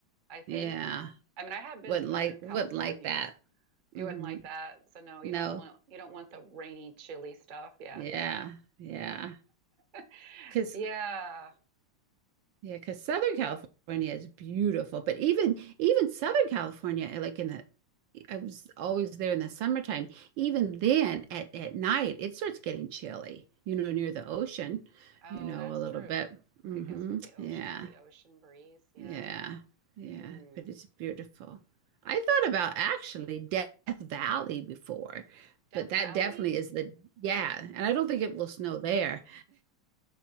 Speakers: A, on the right; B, on the right.
A: I think.
B: yeah.
A: I mean, I have been
B: Wouldn't
A: to Northern
B: like wouldn't
A: California.
B: like that.
A: You
B: hmm
A: wouldn't like that. So no,
B: No.
A: you don't want you don't want the rainy, chilly stuff. Yeah.
B: Yeah, yeah.
A: <laughs>
B: Because
A: Yeah.
B: Yeah, because Southern California is beautiful, but even even Southern California, eh, like in the, I was always there in the summertime. Even then, at at night, it starts getting chilly, you know, near the ocean,
A: Oh,
B: you know,
A: that's
B: a little
A: true.
B: bit. hmm
A: I guess with the ocean,
B: Yeah,
A: the ocean breeze. Yeah.
B: yeah, yeah.
A: Hmm.
B: But it's beautiful. I thought about actually Death Valley before,
A: Death
B: but that
A: Valley?
B: definitely is the yeah, and I don't think it will snow there.